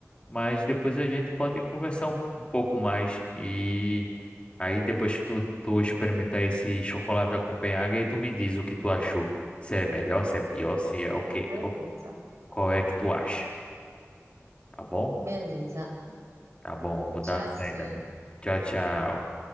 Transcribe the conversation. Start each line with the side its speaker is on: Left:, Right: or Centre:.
Left: mas depois a gente pode conversar um um pouco mais e aí depois que tu, tu experimentar esse chocolate da Copenhague, aí tu me diz o que tu achou. Se é melhor, se é pior, se é o quê,
Right: Beleza.
Left: o- qual é que tu acha, tá bom?
Right: Beleza.
Left: Tá bom, vou dar
Right: Tchauzinho.
Left: uma saída. Tchau, tchau.